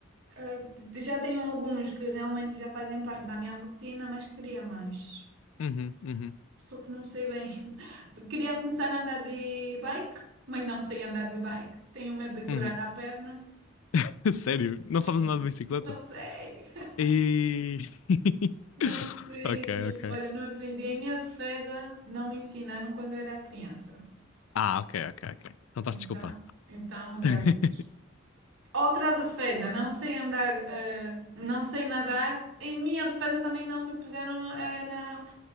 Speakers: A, on the right (about 75°); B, on the left (about 85°).
A: eh, já tenho alguns que realmente já fazem parte da minha rotina, mas queria mais.
B: Uhum, uhum,
A: Só que não sei bem. <laughs> Queria começar a andar de bike, mas não sei andar de bike. Tenho medo de quebrar
B: uhum.
A: a perna.
B: <laughs> Sério? Não
A: Sim.
B: sabes andar de bicicleta?
A: Não sei. <laughs>
B: E...
A: Não
B: <laughs>
A: sei.
B: Ok, ok.
A: Olha, não aprendi. Em minha defesa, não me ensinaram quando eu era criança.
B: Ah, ok, ok, ok. Então estás
A: Então,
B: desculpado.
A: então já
B: <laughs>
A: vejo. Outra defesa, não sei andar, eh, não sei nadar. Em minha defesa também não me puseram eh, na,